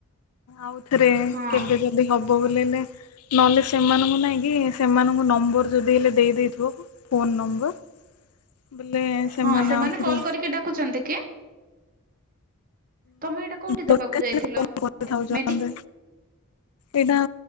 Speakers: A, on the left; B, on the right.
A: ଆଉଥରେ
B: ହଁ
A: କେବେ। ଯଦି ହବ ବୋଲେନେ ନହେଲେ ସେମାନଙ୍କୁ ନାଇଁ କି ସେମାନଙ୍କୁ ନମ୍ବର ଯଦି ହେଲେ ଦେଇଦେଇଥିବ। Phone number. ବୋଲେ
B: ହଁ ସେମାନେ
A: ଆଉଥରେ
B: କଲ କରିକି ଡାକୁଛନ୍ତି କି? ତମେ ଏଇଟା କୋଉଠି
A: ଦରକାର
B: ଦବାକୁ ଯାଇଥିଲ
A: କରିଥାଉଛନ୍ତି
B: ମେଡି
A: ଏଇଟା